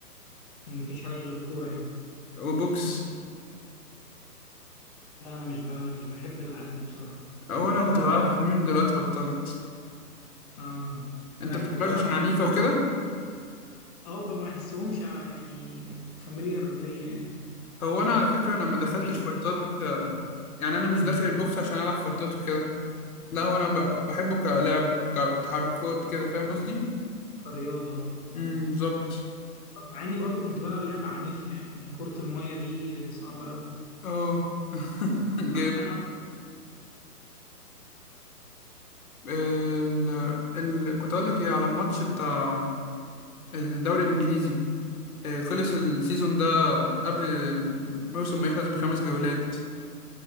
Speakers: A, on the left; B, on the left.
A: مفيش حاجة غير الكورة يعني
B: وبوكس
A: لا انا مش ب... مش بحب الالعاب دي بصراحة
B: هو انا كنت
A: انا
B: بلعبها
A: ب...
B: زمان ودلوقتي بطلت
A: آه.
B: انت
A: انا
B: بتحبهاش
A: كنت بلعب
B: عشان عنيفة وكده
A: اه ب- ما بحسهمش ع- يعني فاميليار ليا يعني
B: هو انا على فكرة انا ما دخلتش
A: مع اني
B: فايتات
A: كنت بلعب
B: آه، يعني انا مش
A: مم،
B: داخل البوكس عشان العب فايتات وكده لا هو انا ب- بحبه كلعبة كتحركات كده فاهم قصدي
A: كرياضة آه.
B: امم بالظبط
A: مع اني برضو كنت بلعب لعبة عنيفة يعني كرة المية دي صعبة قوي
B: اه <laughs> جامد
A: عنها
B: ال... ال... كنت اقول لك ايه على الماتش بتاع الدوري الانجليزي آه، خلص السيزون ده قبل الموسم ما يخلص بخمس جولات